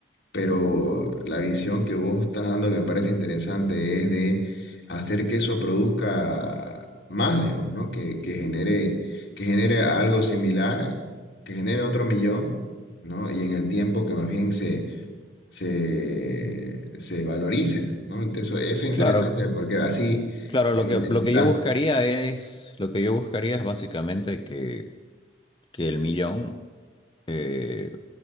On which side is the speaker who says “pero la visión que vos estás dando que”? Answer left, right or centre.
Left